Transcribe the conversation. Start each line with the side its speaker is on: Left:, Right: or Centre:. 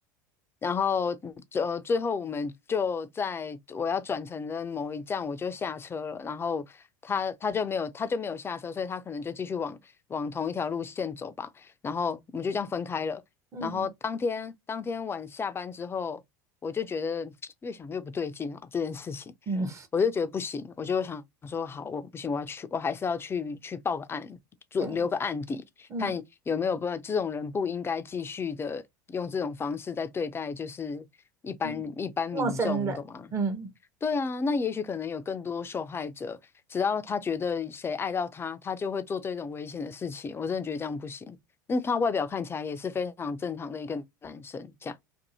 Left: 然后呃，最后我们就在我要转乘的某一站，我就下车了，然后他他就没有他就没有下车，所以他可能就继续往往同一条路线走吧，然后我们就这样分开了。
Right: 嗯
Left: 然后当天当天晚下班之后，我就觉得 <tsk> 越想越不对劲啊，这件事情。
Right: 嗯，
Left: 我就觉得不行，我就想说，好，我不行，我要去，我还是要去去报个案，做留个案底，
Right: 对，嗯
Left: 看有没有不法。这种人不应该继续的用这种方式在对待，就是一般一般民众，
Right: 嗯，陌生人，
Left: 你懂吗？
Right: 嗯
Left: 对啊，那也许可能有更多受害者，只要他觉得谁爱到他，他就会做这种危险的事情。我真的觉得这样不行。那他外表看起来也是非常正常的一个男生，这样。